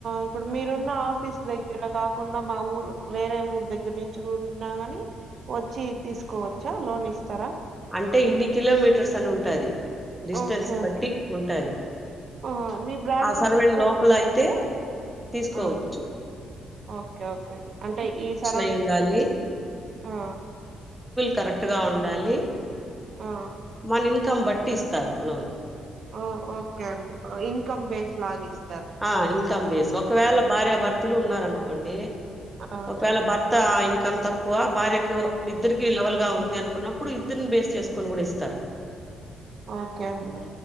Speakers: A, on the right (about 50°); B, in the centre.
A: ఇప్పుడు మీరున్న ఆఫీస్ దగ్గర కాకు కున్న మా ఊరు వేరే ఊరు దగ్గర నుంచి గూడా ఉన్నా గాని వచ్చి తీసుకో చ్చ లోన్ ఇస్తారా
B: టే ఇన్ని కిలోమీటర్స్ అని ఉంటుది డిస్టెన్స్
A: ఓకే
B: బట్టి
A: ఓకే
B: ఉంటాది
A: ఆ మీ బ్రాంచెస్
B: ఆ సరవెన్
A: ఎక్కువ
B: లోపల
A: ఉన్నాయా
B: అయితే తీస్కోవచ్చు
A: ఆ ఓకే ఓకే అంటే ఈ సరౌ
B: అయ్యుండాలి.
A: ఆ
B: కరెక్ట్ గా ఉండాలి
A: ఆ
B: మన ఇన్కమ్ బట్టి ఇస్తారు లోన్
A: ఓ ఓకే అండి ఇన్కమ్ బేస్ లాగా ఇస్
B: ఆ ఇంకమ్ బేస్ ఒకవేళ భార్యభర్తలు ఉన్నారనుకోండి
A: ఆ
B: ఒకవేళ భర్త ఇంకమ్ తక్కువ భార్యకు ఇద్దరికి లెవెల్ గా ఉంది అనుకున్నప్పుడు ఇద్దరిని బేస్ చేసుకొని కూడా ఇస్తారు
A: ఓకే అండి